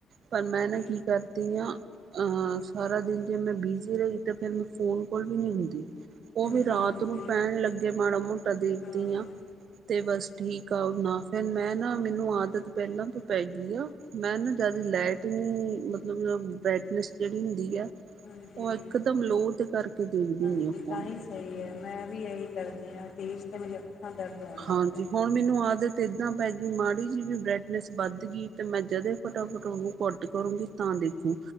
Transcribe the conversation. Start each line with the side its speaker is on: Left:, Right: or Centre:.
Left: ਹਾਂਜੀ
Right: ਪਰ ਮੈਂ ਨਾ ਕੀ ਕਰਦੀ ਹਾਂ ਆ ਹ ਸਾਰਾ ਦਿਨ ਜੇ ਮੈਂ ਬਿਜ਼ੀ ਰਹੀ ਤੇ ਫਿਰ ਮੈਂ ਫੋਨ ਕੋਲ ਵੀ ਨਹੀਂ ਹੁੰਦੀ। ਉਹ
Left: ਹਾਂਜੀ
Right: ਵੀ ਰਾਤ
Left: ਹਾਂਜੀ
Right: ਨੂੰ ਪੈਣ ਲੱਗੇ ਮਾੜਾ ਮੋਟਾ ਦੇਖਦੀ
Left: ਹਾਂ
Right: ਆ। ਤੇ ਬਸ ਠੀਕ ਆ ਓ ਨਾ ਫਿਰ ਮੈਂ ਨਾ ਮੈਨੂੰ ਆਦਤ ਪਹਿਲਾਂ ਤੋਂ ਪੈ ਗਈ ਆ। ਮੈਂਨੂੰ ਜਿਆਦਾ ਲਾਈਟ ਨਹੀਂ, ਮਤਲਬ ਬਰਾਈਟਨੈੱਸ ਜਿਹੜੀ ਹੁੰਦੀ ਅ
Left: ਹਾਂਜੀ
Right: ਉਹ ਇੱਕ ਦਮ ਲੋਅ ਤੇ ਕਰਕੇ ਦੇਖਦੀ
Left: ਹਾਂਜੀ
Right: ਹੁੰਦੀ ਆ ਫੋਨ।
Left: ਤਾਂ ਹੀ ਸਹੀ ਏ, ਮੈਂ ਵੀ ਇਹੀ ਕਰਦੀ ਹਾਂ, ਤੇਜ਼ ਤੇ ਮੇਰੀ ਅੱਖਾਂ ਦਰਦ ਹੋਣ ਲੱਗ
Right: ਹਾਂਜੀ
Left: ਜਾਂਦੀਆਂ
Right: ਹੁਣ ਮੈਨੂੰ ਆਦਤ ਇਦਾਂ ਪੈ ਗਈ, ਮਾੜੀ ਜਿਹੀ ਵੀ ਬਰਾਈਟਨੈਸ ਵੱਧ ਗਈ ਤੇ ਮੈਂ ਜਦੇ ਫਟਾਫਟ ਉਹਨੂੰ ਘੱਟ ਕਰੂਗੀ ਤਾਂ ਦੇਖੁ।